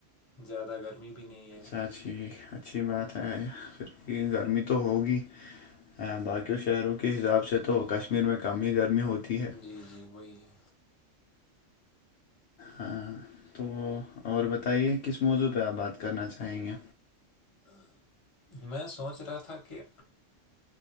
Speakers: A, on the left; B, on the left.
A: زیادہ گرمی بھی نہیں ہے
B: اچھا ٹھیک اچھی بات ہے پھر گرمی تو ہوگی باقیوں شہروں کے حساب سے تو کشمیر میں کم ہی گرمی ہوتی ہے
A: جی جی وہی ہے
B: ہاں تو اور بتائیے کس موضوع پہ آپ بات کرنا چاہیں گے
A: میں سوچ رہا تھا کہ